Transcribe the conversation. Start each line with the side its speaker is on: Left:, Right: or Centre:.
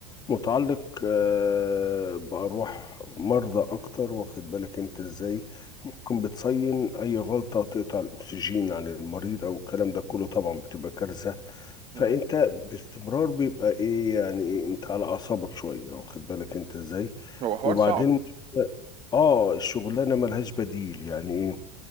Left: متعلق آه، بأرواح مرضى أكتر واخد بالك أنت إزاي ممكن بتصين أي غلطة تقطع الأكسجين عن المريض أو الكلام ده كله طبعا بتبقى كارثة فأنت
Right: مم.
Left: باستمرار بيبقى إيه يعني إيه أنت على أعصابك شوية واخد بالك أنت إزاي
Right: هو حوار
Left: وبعدين
Right: صعب
Left: آه الشغلانة ملهاش بديل يعني إيه